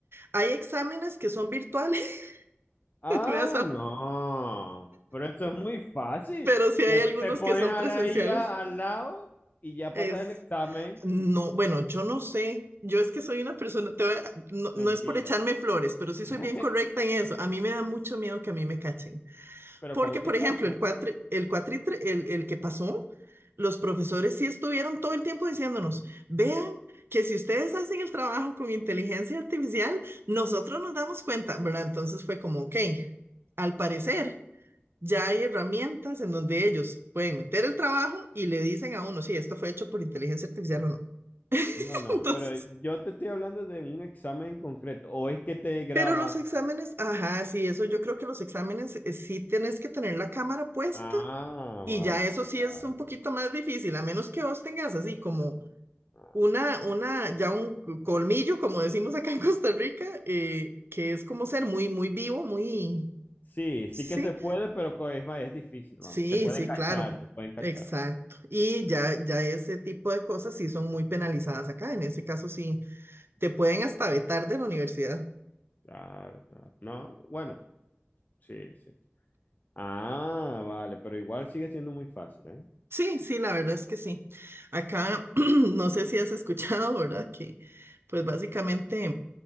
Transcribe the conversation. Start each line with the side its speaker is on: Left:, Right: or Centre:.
Right: Hay exámenes que son virtuales,
Left: Ah,
Right: <laughs> me da sa-
Left: no, pero eso es muy fácil.
Right: pero sí hay
Left: Te,
Right: algunos
Left: te pones
Right: que son
Left: a
Right: presenciales.
Left: la IA al lado y ya
Right: Es,
Left: pasas el examen.
Right: no, bueno, yo no sé. Yo es que soy una persona, te voy a- no,
Left: Mentira.
Right: no es por echarme flores, pero
Left: <laughs>
Right: sí soy bien correcta en eso. A mí me da mucho miedo que a mí me cachen.
Left: Pero
Right: Porque,
Left: ¿cómo te
Right: por
Left: cachan?
Right: ejemplo, el cuatri, el cuatritre, el, el que pasó, los profesores sí estuvieron todo el tiempo diciéndonos, vean que si ustedes hacen el trabajo con inteligencia artificial, nosotros nos damos cuenta, ¿verdad? Entonces fue como, ok, al parecer. ya hay herramientas en donde ellos pueden meter el trabajo y le dicen a uno, sí, esto fue hecho por inteligencia artificial o no.
Left: No,
Right: <laughs>
Left: no,
Right: Entonces,
Left: pero yo te estoy hablando de un examen en concreto. ¿O es que te graban?
Right: pero los exámenes, ajá, sí, eso yo creo que los exámenes eh, sí tienes que tener la cámara puesta
Left: Ah,
Right: y
Left: vale,
Right: ya eso sí
Left: vale,
Right: es un poquito más difícil, a menos que vos tengas así como
Left: vale.
Right: una, una, ya un colmillo, como decimos acá en Costa Rica, eh, que es como ser muy, muy vivo, muy,
Left: Sí, sí
Right: sí.
Left: que se puede, pero co- es más, es difícil,
Right: Sí,
Left: vamos. Te pueden
Right: sí,
Left: cachar,
Right: claro.
Left: te pueden cachar.
Right: Exacto. Y ya, ya ese tipo de cosas sí son muy penalizadas acá. En ese caso sí, te pueden hasta vetar de la universidad.
Left: Claro, claro. No, bueno, sí, sí. Ah, vale, pero igual sigue siendo muy fácil, ¿eh?
Right: Sí, sí, la verdad es que sí. Acá, <clears throat> no sé si has escuchado, ¿verdad? Que pues básicamente,